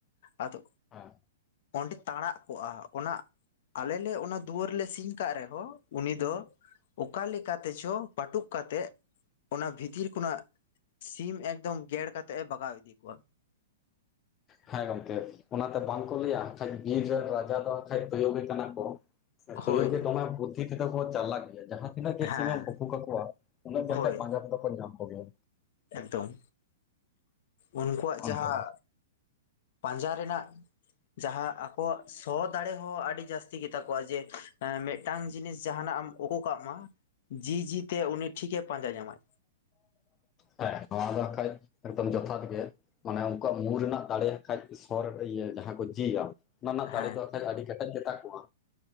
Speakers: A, on the left; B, on the left.
A: ᱟᱫᱚ
B: ᱦᱮᱸ
A: ᱚᱸᱰᱮ ᱛᱟᱲᱟᱜ ᱠᱚᱜᱼᱟ, ᱚᱱᱟ ᱟᱞᱮ ᱞᱮ ᱚᱱᱟ ᱫᱩᱣᱟᱹᱨ ᱞᱮ ᱥᱤᱧ ᱠᱟᱜ ᱨᱮᱦᱚᱸ ᱩᱱᱤ ᱫᱚ ᱚᱠᱟ ᱞᱮᱠᱟᱛᱮ ᱪᱚ, ᱛᱩᱜ ᱠᱟᱛᱮᱫ ᱚᱱᱟ ᱵᱷᱤᱛᱤᱨ ᱠᱷᱚᱱᱟᱜ ᱥᱤᱢ ᱮᱠᱫᱚᱢ ᱜᱮᱨ ᱠᱟᱛᱮᱫ ᱮ ᱵᱟᱜᱟᱣ ᱤᱫᱤ ᱠᱚᱣᱟ᱾
B: ᱦᱮᱸ ᱜᱚᱢᱠᱮ ᱚᱱᱟᱛᱮ ᱵᱟᱝᱠᱚ ᱞᱟᱹᱭᱟ ᱠᱷᱟᱡ ᱵᱤᱨ ᱨᱮᱱ ᱨᱟᱡᱟ ᱫᱚ ᱠᱷᱟᱡ ᱛᱳᱭᱳ ᱜᱮ ᱠᱟᱱᱟ ᱠᱚ᱾ ᱛᱩᱭᱩ
A: ᱦᱳᱭ
B: ᱜᱮ ᱫᱚᱢᱮ ᱵᱩᱫᱫᱷᱤ ᱛᱮ ᱫᱚ ᱠᱚ ᱪᱟᱞᱟᱜ ᱜᱮᱭᱟ᱾ ᱡᱟᱦᱟᱸᱭ ᱛᱤᱱᱟᱹᱜ ᱜᱮ
A: ᱦᱮᱸ
B: ᱥᱤᱢ ᱮᱢ ᱩᱠᱩ ᱠᱟᱠᱚᱣᱟ, ᱩᱱᱟᱹᱜ ᱜᱮ
A: ᱦᱳᱭ
B: ᱠᱷᱟᱡ ᱯᱟᱸᱡᱟ ᱛᱮᱫᱚ ᱠᱚ ᱧᱟᱢ ᱠᱚᱜᱮᱭᱟ᱾
A: ᱮᱠᱫᱚᱢ, ᱩᱱᱠᱩᱣᱟᱜ
B: ᱚᱱᱠᱟ
A: ᱡᱟᱦᱟᱸ ᱯᱟᱸᱡᱟ ᱨᱮᱱᱟᱜ ᱡᱟᱦᱟᱸ ᱟᱠᱚᱣᱟᱜ ᱥᱚ ᱫᱟᱲᱮ ᱦᱚᱸ ᱟᱹᱰᱤ ᱡᱟᱹᱥᱛᱤ ᱜᱮᱛᱟ ᱠᱚᱣᱟ ᱡᱮ᱾ ᱢᱤᱫᱴᱟᱝ ᱡᱤᱱᱤᱥ ᱡᱟᱦᱱᱟᱜ ᱮᱢ ᱩᱠᱩ ᱠᱟᱜ ᱢᱟ, ᱡᱤ ᱡᱤ ᱛᱮ ᱩᱱᱤ ᱴᱷᱤᱠ ᱮ ᱯᱟᱸᱡᱟ ᱧᱟᱢᱟᱭ᱾
B: ᱦᱮᱸ, ᱱᱚᱣᱟ ᱫᱚ ᱠᱷᱟᱡ ᱮᱠᱫᱚᱢ ᱡᱚᱛᱷᱟᱛ ᱜᱮ᱾ ᱢᱟᱱᱮ ᱩᱱᱠᱩᱣᱟᱜ ᱢᱩ ᱨᱮᱱᱟᱜ ᱫᱟᱲᱮᱭᱟᱜ ᱠᱷᱟᱡ ᱥᱚ ᱨᱮᱱᱟᱜ ᱤᱭᱟᱹ ᱡᱟᱦᱟᱸ ᱠᱚ ᱡᱤᱭᱟ ᱚᱱᱟ ᱨᱮᱱᱟᱜ ᱫᱟᱲᱮ
A: ᱦᱮᱸ
B: ᱫᱚ ᱠᱷᱟᱡ ᱦᱟᱜ ᱟᱹᱰᱤ ᱠᱮᱴᱮᱡ ᱜᱮᱛᱟ ᱠᱚᱣᱟ᱾